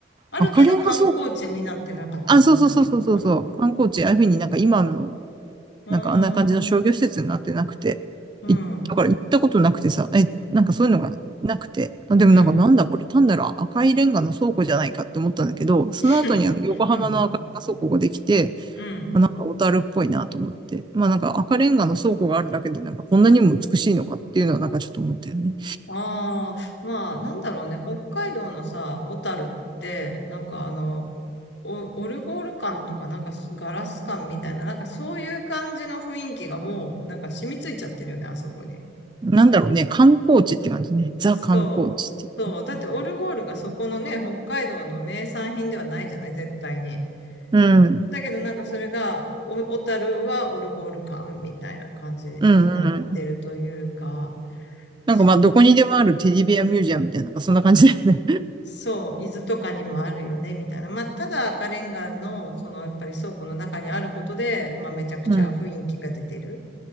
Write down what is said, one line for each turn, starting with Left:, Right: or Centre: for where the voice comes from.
Left: あるけど観光地になってなかったみたいなのかな。
Right: 赤レンガ倉庫、あ、そうそうそうそうそうそう。観光地、ああいうふうになんか今の
Left: うー
Right: なんかあんな感じの商業施設になってなくて、
Left: ん。うん。
Right: いだから行ったことなくてさ、え、なんかそういうのがなくて、あ、でもなんかなんだこれ、
Left: うん。
Right: 単なる赤いレンガの倉庫じゃないかって思ったんだけど、その後にあの横浜の赤レンガ倉庫ができて、
Left: <laughs> うん。うん。
Right: まあなんか小樽っぽいなと思って、まあなんか赤レンガの倉庫があるだけでなんかこんなにも美しいのかっていうのはなんかちょっと思ったよね。
Left: ああ、まあ、なんだろうね、北海道のさ、小樽って、なんかあの、オオルゴール感とか、なんかすガラス感みたいな、なんかそういう感じの雰囲気がもう、なんか染みついちゃってるよね、あそこに。
Right: なんだろうね、観光地って感じね。ザ観光地って。
Left: そう。そう。だってオルゴールがそこのね、北海道の名産品ではないじゃない、絶対に。
Right: うん。
Left: だけどなんかそれが、お小樽はオルゴール感みたいな感じになってるというか、
Right: うんうんうん。
Left: そう。
Right: なんかまあどこにでもあるテディベアミュージアムみたいな、なんかそんな感じだよね。
Left: そう、伊豆とかにもあるよね、みたいな。まあ、ただ赤レンガの、その、やっぱり倉庫の中にあることで、まあ、めちゃくちゃ雰囲気が出てる。
Right: <laughs> うん。